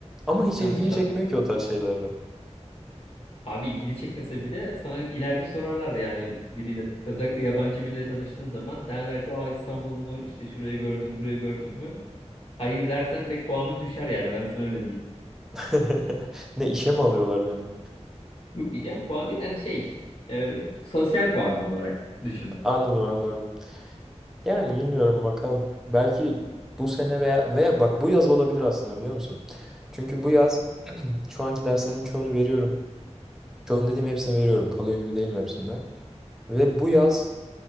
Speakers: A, in the centre; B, on the left (about 50°).
A: Ama hiç
B: yanlış
A: ilgimi
B: yapmışsın
A: çekmiyor ki
B: abi.
A: o tarz şeylerde.
B: Abi ilgini çekmese bile sana ileride sorarlar yani biriyle özellikle yabancı biriyle tanıştığın zaman derler ki aa İstanbul mu işte şurayı gördüm burayı gördün mü? Hayır dersen direkt puanın düşer yani ben sana öyle diyeyim.
A: <laughs> Ne işe mi alıyorlar beni?
B: Yok yani puan değil yani şey e, sosyal puanın olarak düşün.
A: Anladım anladım. Yani bilmiyorum bakalım. Belki bu sene veya veya bak bu yaz olabilir aslında biliyor musun? Çünkü bu yaz şu anki derslerimin çoğunu veriyorum. Çoğunu dediğim hepsini veriyorum. Kalıyor gibi değilim hepsinde. Ve bu yaz